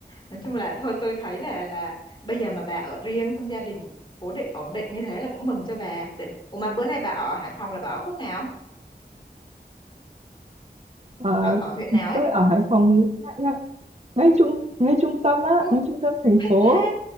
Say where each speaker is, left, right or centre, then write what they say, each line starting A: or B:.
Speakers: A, on the left; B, on the right.
A: nói chung là thôi tôi thấy là là bây giờ mà bà ở riêng xong gia đình cố định ổn định như thế là cũng mừng cho bà để Ủa mà bữa nay bà ở Hải Phòng là bà ở khúc nào
B: ờ,
A: ở ở huyện nào ấy
B: tôi ở Hải Phòng, ngay ngay ngay trung ngay trung tâm á,
A: ô
B: ngay trung tâm thành
A: thích
B: phố.
A: thế